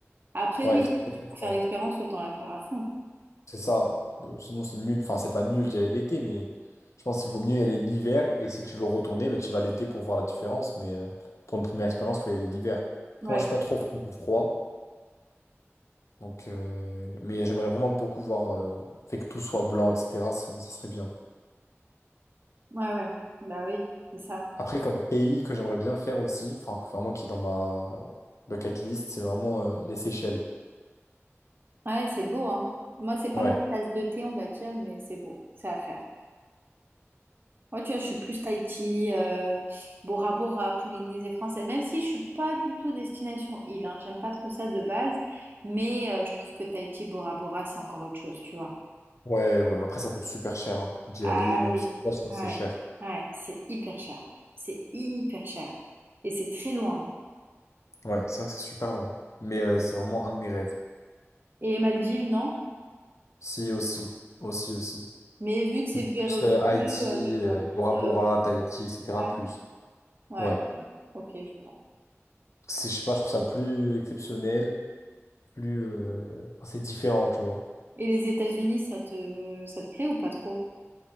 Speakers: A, on the right; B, on the left.
A: Après,
B: Ouais,
A: oui,
B: c'est très très
A: pour faire
B: fort.
A: l'expérience, autant la faire à fond.
B: C'est ça. Euh, sinon, c'est nul. Enfin, c'est pas nul d'y aller l'été, mais je pense qu'il vaut mieux y aller l'hiver. Et si tu veux retourner, bah, tu vas l'été pour voir la différence. Mais euh, pour une première expérience, il faut y aller l'hiver. Après,
A: Ouais,
B: moi, je suis pas trop fan de froid. Donc, euh, mais j'aimerais vraiment beaucoup voir, euh, fait que tout soit blanc, etc. ça ça serait bien.
A: ouais, ouais. Bah oui, c'est ça.
B: Après, comme pays que j'aimerais bien faire aussi, enfin, que vraiment qui est dans ma bucket list, c'est vraiment euh, les Seychelles.
A: Ouais, c'est beau, hein. Moi, c'est pas
B: Ouais.
A: ma tasse de thé, on va dire, mais c'est beau, c'est à faire. Moi, tu vois, je suis plus Tahiti, euh, Bora Bora, Polynésie française, même si je suis pas du tout destination île, hein. J'aime pas trop ça de base, mais euh, je trouve que Tahiti, Bora Bora, c'est encore autre chose, tu vois.
B: Ouais, ouais. Après, ça coûte super cher hein, d'y
A: Ah
B: aller, même
A: oui.
B: sur place, je crois
A: Ouais,
B: que c'est cher.
A: ouais, c'est hyper cher. C'est hyper cher. Et c'est très loin.
B: Ouais, c'est vrai que c'est super loin. Mais euh, c'est vraiment un de mes rêves.
A: Et les Maldives, non?
B: Si, aussi. Aussi, aussi.
A: Mais vu que c'est
B: Mais
A: vu et
B: plus
A: revu,
B: euh, Haïti,
A: euh, tu
B: euh,
A: vas plus.
B: Bora Bora,
A: euh,
B: Tahiti, etc.
A: ouais,
B: Plus.
A: ouais,
B: Ouais.
A: ok, je vois.
B: C'est, je sais pas, je trouve ça plus exceptionnel, plus. euh, enfin, c'est différent, tu vois.
A: Et les États-Unis, ça te, ça te plaît ou pas trop?